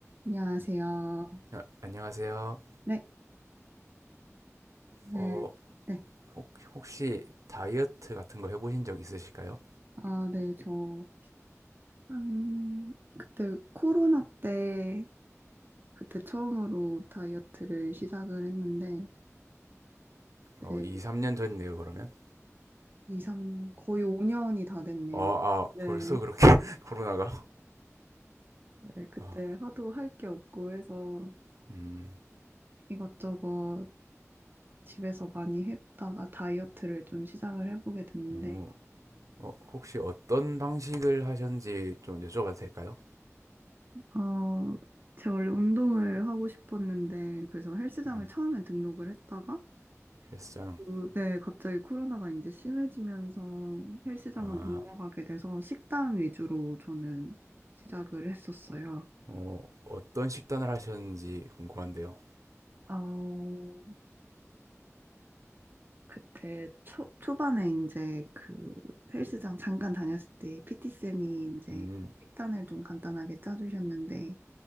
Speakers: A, on the right; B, on the right.
A: 안녕하세요.
B: 아, 안녕하세요.
A: 네, 네,
B: 어,
A: 네.
B: 혹, 혹시 다이어트 같은 거 해보신 적 있으실까요?
A: 아, 네, 저, 한, 그때 코로나 때, 그때 처음으로 다이어트를 시작을 했는데,
B: 어,
A: 네,
B: 2, 3년 전이네요, 그러면.
A: 이 삼 거의 5년이 다 됐네요.
B: 어, 아,
A: 네,
B: 벌써 그렇게 <laughs> 코로나가?
A: 네, 그때
B: 어,
A: 하도 할 게 없고 해서
B: 음,
A: 이것저것 집에서 많이 했다가 다이어트를 좀 시작을 해보게 됐는데,
B: 음, 어, 혹시 어떤 방식을 하셨는지 좀 여쭤봐도 될까요?
A: 어, 제가 원래 운동을 하고 싶었는데, 그래서 헬스장을
B: 음,
A: 처음에 등록을 했다가,
B: 헬스장.
A: 그, 네, 갑자기 코로나가 이제 심해지면서 헬스장을
B: 아,
A: 못 나가게 돼서 식단 위주로 저는 시작을 했었어요.
B: 어, 어떤 식단을 하셨는지 궁금한데요.
A: 어, 그때 초, 초반에 이제 그 헬스장 잠깐 다녔을 때 PT쌤이 이제
B: 음,
A: 식단을 좀 간단하게 짜주셨는데,